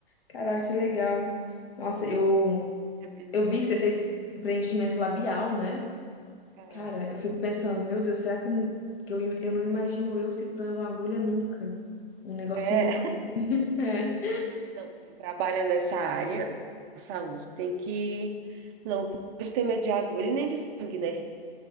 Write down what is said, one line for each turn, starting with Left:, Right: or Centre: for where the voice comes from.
Left: Caraca, que legal. Nossa, eu,
Right: É bem legal.
Left: eu vi que você fez preenchimento labial, né?
Right: É,
Left: Cara, eu fico pensando, meu Deus, será que, que eu, eu não imagino eu segurando uma agulha nunca? Um negócio
Right: é,
Left: nunca. É.
Right: <laughs> não, quem trabalha nessa área da saúde tem que, não pode ter medo de agulha nem de sangue, né?